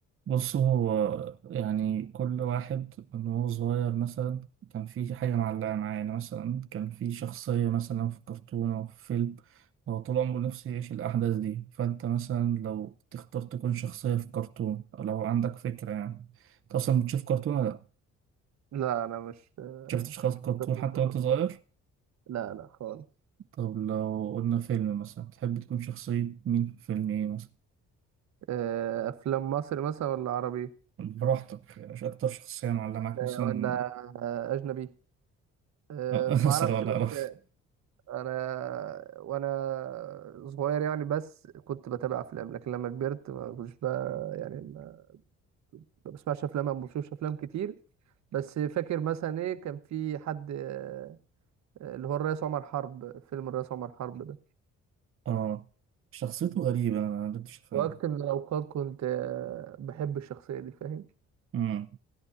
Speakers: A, on the right; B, on the right.
A: بص هو يعني كل واحد من هو صغير مثلا كان في حاجة معلقة معاه يعني مثلا كان في شخصية مثلا في كرتون أو في فيلم هو طول عمره نفسه يعيش الأحداث دي فأنت مثلا لو تختار تكون شخصية في كرتون أو لو عندك فكرة يعني أنت أصلا بتشوف كرتون ولا لأ؟
B: لا انا مش مش
A: شفت شخص
B: مش
A: كرتون
B: مختلف في
A: حتى
B: الحوار.
A: وأنت صغير
B: لا لا خالص
A: طب لو قلنا فيلم مثلا تحب تكون شخصية مين في فيلم إيه مثلا
B: آه، افلام مصري مثلا ولا عربي
A: براحتك مش أكتر شخصية معلقة معاك
B: آه،
A: مثلا
B: ولا آه، اجنبي آه،
A: <laughs>
B: ما
A: أسرة
B: اعرفش
A: ولا
B: بس
A: أقرب
B: انا وانا صغير يعني بس كنت بتابع افلام لكن لما كبرت ما كنتش بقى يعني ما ما بسمعش افلام او ما بشوفش افلام كتير بس فاكر مثلا ايه كان في حد آه، آه، اللي هو الرئيس عمر حرب فيلم الرئيس عمر حرب ده
A: اه شخصيته غريبة أنا ما قدرتش أفهمها
B: وقت من الاوقات كنت آه، بحب الشخصيه دي فاهم
A: امم